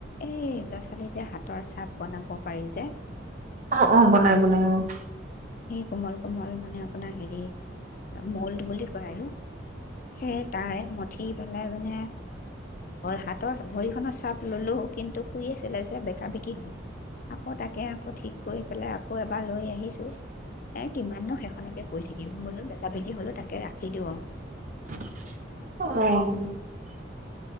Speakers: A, on the left; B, on the right.
A: এই ল'ৰা-ছোৱালী যে, হাতৰ চাপ বনাব পাৰি যে
B: অ', অ'। বনাই-বনাই, অ'
A: কোমল-কোমল, মানে, আপোনাৰ, হেৰি, ম'ল্ড বুলি কয়, আৰু সেই, তাৰে মঠি পেলাই, মানে, হাত <inaudible> তৰ ভৰিখন চাব ল'লোঁ, কিন্তু শুই আছিলে যে, বেকা-বেকি হ'ল। আকৌ তাকে, আকৌ ঠিক কৰি পেলাই, আকৌ এবাৰ লৈ আহিছোঁ। এ, কিমাননো, সেইখনকে কৈ থাকিম। বোলো বেকা-বেকি হ'লেও, তাকে ৰাখি দিওঁ, আৰু
B: অ'।